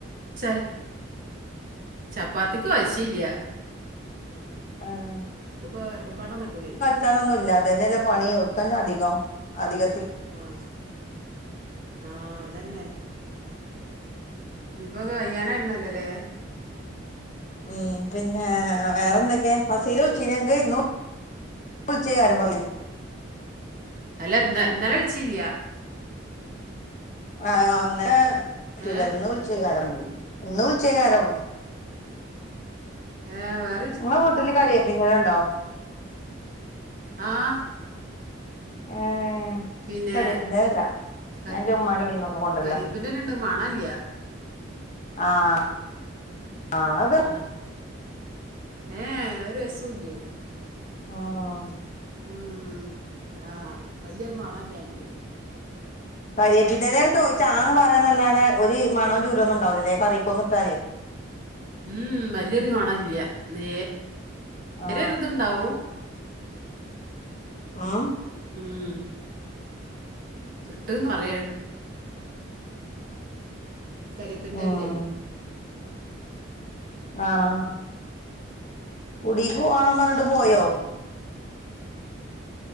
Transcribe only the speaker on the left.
ആഹ്
ചനൊന്നുല്ല തന്നല്ലെ പണി ഒട്ക്കാഞ്ഞധികം അധിക
ഉം പിന്നെ വേറെ എന്തൊക്കെയാ ഫസീല വുള്ചീന്യ അനക്ക് ഇന്ന് വുള്ച്ചോയ്കാരം പർഞ്ഞ്
ആഹ് അഹ് ന്നലെ പറ്റൂല
ന്ന് വുള്ച്ചോയ്ക്കാരം ണെങ്കി ന്ന് വിള്ച്ചോകാരം
ങ്ങളെ വീട്ടില് കര്യേപിൻ്റെലണ്ടോ
ഏഹ്
കാര്യേപ്പിന്റെഎല ഇല്ല
ഞാൻ ന്റെ മ്മാന്റുടീന്നൊക്കെ കൊണ്ടര്ലാ
ആഹ് ആഹ് അത്
ആഹ്
കാര്യേപ്പിന്റെലെന്ന് ചോയ്ച്ച ആഹ് ന്ന് പായന്നല്ലാതെ ഒര് മണം ചൂരൊന്നും ണ്ടാവുലലെ കറിക്കൊന്നും ഇട്ടാലെയ്
ആ
ആഹ്
ഉം ആഹ് കുടീക്ക് പോണം പറ്ഞ്ഞ്ട്ട് പോയോ